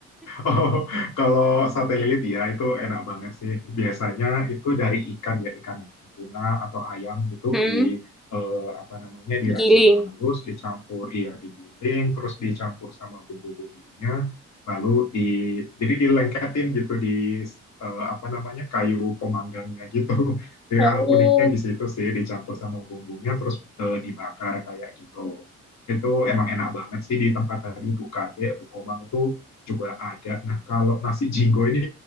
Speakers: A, on the left; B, in the centre.
A: Oh, kalau sate lilit ya itu enak banget sih. Biasanya itu dari ikan ya, ikan tuna atau ayam gitu
B: Hmm.
A: di eh, apa namanya dirajang
B: Digiling.
A: halus, dicampur ya digiling, terus dicampur sama bumbu-bumbunya, lalu di jadi dilengketin gitu di eh, apa namanya kayu pemanggangnya gitu. <laughs> Ya
B: Oh,
A: uniknya di situ sih dicampur sama bumbunya terus eh, dibakar kayak gitu. Itu emang enak banget sih di tempat tadi Bu Kade, Bu Komang itu juga ada. Nah, kalau nasi jinggo ini